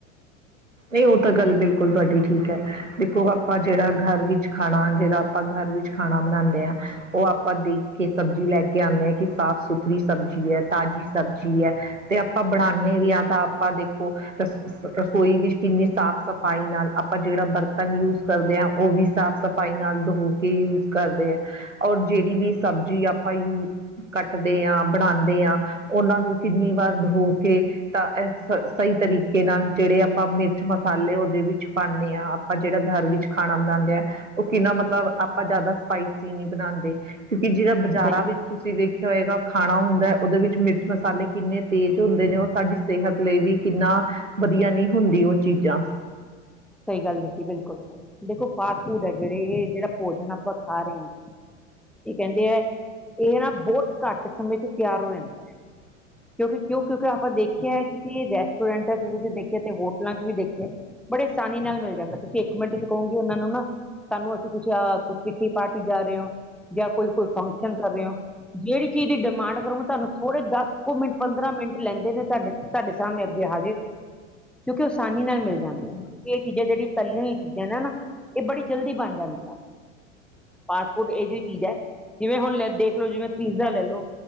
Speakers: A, on the right (about 85°); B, in the centre.
A: ਇਹ ਉਹ ਤਾਂ ਗੱਲ ਬਿਲਕੁੱਲ ਤੁਹਾਡੀ ਠੀਕ ਹੈ, ਦੇਖੋ ਆਪਾ ਜਿਹੜਾ ਗਰ ਵਿੱਚ ਖਾਣਾ ਜਿਹੜਾ ਆਪਾਂ ਗਰ ਵਿੱਚ ਖਾਣਾ ਬਣਾਂਦੇ ਆ। ਉਹ ਆਪਾਂ ਦੇਖ ਕੇ ਸਬਜ਼ੀ ਲੈ ਕੇ ਆਂਣੇ ਆ, ਕਿ ਸਾਫ਼- ਸੁਥਰੀ ਸਬਜ਼ੀ ਹੈ ਤਾਜ਼ੀ ਸਬਜ਼ੀ ਹੈ ਤੇ ਆਪਾਂ ਬਣਾਣੇ ਵੀ ਹਾਂ ਤਾਂ ਆਪਾਂ ਦੇਖੋ ਰਸ- ਰਸੋਈ ਵੀ ਕਿੰਨੀ ਸਾਫ਼ ਸਾਫ਼-ਸਫਾਈ ਨਾਲ ਆਪਾਂ ਜਿਹੜਾ ਬਰਤਨ ਯੂਜ਼ ਕਰਦੇ ਹਾਂ, ਉਹ ਵੀ ਸਾਫ਼ -ਸਫਾਈ ਨਾਲ ਧੋ ਕੇ ਯੂਜ਼ ਕਰਦੇ ਆ। ਔਰ ਜਿਹੜੀ ਵੀ, ਸਬਜ਼ੀ ਆਪਾਂ ਯੂ ਕੱਟਦੇ ਹਾਂ ਬਣਾਂਦੇ ਹਾਂ, ਉਹਨਾਂ ਨੂੰ ਕਿੰਨੀ ਵਾਰ ਦੋ ਕੇ ਤਾਂ ਸਹੀ ਤਰੀਕੇ ਨਾਲ, ਜਿਹੜੇ ਆਪਾਂ ਮਿਰਚ ਮਸਾਲੇ ਉਹਦੇ ਵਿੱਚ ਪਾਨੀ ਆ, ਆਪਾਂ ਜਿਹੜਾ ਗਰ ਵਿੱਚ ਖਾਣਾ ਬਣਾਂਦੇ ਹਾਂ ਉਹ ਕਿੰਨਾ ਮਤਲਬ ਆਪਾਂ ਜ਼ਿਆਦਾ ਸਪਾਈਸੀ ਨਹੀ ਬਣਾਂਦੇ ਕਿਉਂਕਿ ਜਿਹੜਾ ਬਜ਼ਾਰਾਂ
B: ਸਹੀ
A: ਵਿਚ ਤੁਸੀਂ ਵੇਖਿਆ ਹੋਏਗਾ, ਖਾਣਾ ਹੁੰਦਾ ਉਹਦੇ ਵਿੱਚ ਮਿਰਚ- ਮਸਾਲੇ ਕਿੰਨੇ ਤੇਜ਼ ਹੁੰਦੇ ਨੇ ਉਹ ਸਾਡੀ ਸਿਹਤ ਲਈ ਵੀ ਕਿੰਨਾ ਵਧੀਆ ਨਹੀ ਹੁੰਦੀ ਉਹ ਚੀਜ਼ਾਂ।
B: ਸਹੀ ਗੱਲ ਕੀਤੀ ਬਿਲਕੁੱਲ ਦੇਖੋ ਫਾਸਟ ਫੂਡ ਜਿਹੜੇ, ਇਹ ਜਿਹੜਾ ਭੋਜਨ ਆਪਾਂ ਖਾ ਰਹੇ ਆ। ਕੀ ਕਹਿੰਦੇ ਆ, ਇਹ ਨਾ ਬਹੁਤ ਘੱਟ ਸਮੇਂ ਚ ਤਿਆਰ ਹੋ ਜਾਂਦਾ ਹੈ।
A: <inaudible>
B: ਕਿਉਂਕਿ ਕਿਉਂ ਕਿਉਂਕਿ ਆਪਾਂ ਦੇਖਿਆ ਕਿ ਰੈਸਟੋਰੈਂਟਾਂ ਚ ਤੁਸੀਂ ਦੇਖਿਆ ਤੇ ਹੋਟਲਾਂ ਚ ਵੀ ਦੇਖਿਆ। ਬੜੇ ਆਸਾਨੀ ਨਾਲ ਮਿਲ ਜਾਂਦਾ, ਤੁਸੀਂ ਇੱਕ ਮਿੰਟ ਚ ਕਹੋਗੇ ਉਹਨਾਂ ਨੂੰ ਨਾ ਸਾਨੂੰ ਅਸੀਂ ਤੁਸੀਂ ਪਾਰਟੀ ਜਾ ਰਹੇ ਹੋ ਜਾਂ ਕੋਈ- ਕੋਈ ਫੰਕਸ਼ਨ ਕਰ ਰਹੇ ਹੋ। ਜਿਹੜੀ ਚੀਜ਼ ਦੀ ਡਿਮਾਂਡ ਕਰੂੰਗੇ ਤੁਹਾਨੂੰ ਥੋੜੇ ਦਸ ਕੁ ਮਿੰਟ ਪੰਦਰਾਂ ਮਿੰਟ ਲੈਂਦੇ ਨੇ ਤੁਹਾਡੇ ਤੁਹਾਡੇ ਸਾਮਣੇ ਅੱਗੇ ਹਾਜ਼ਰ ਕਿਉਂਕਿ ਆਸਾਨੀ ਨਾਲ ਮਿਲ ਜਾਂਦੇ ਹੈ। ਇਹ ਚੀਜ਼ਾਂ ਜਿਹੜੀ ਤਲਿਆਂ ਹੋਈਆਂ ਚੀਜ਼ਾਂ ਨੇ ਨਾ ਇਹ ਬੜੀ ਜਲਦੀ ਬਣ ਜਾਂਦੀਆਂ ਫਾਸਟ- ਫੂਡ ਇਹੋ ਜਿਹੀ ਚੀਜ਼ ਹੈ। ਜਿਵੇਂ ਹੁਣ ਲੇ ਦੇਖ ਲੋ ਜਿਵੇਂ ਪੀਜ਼ਾ ਲੈ ਲੋ,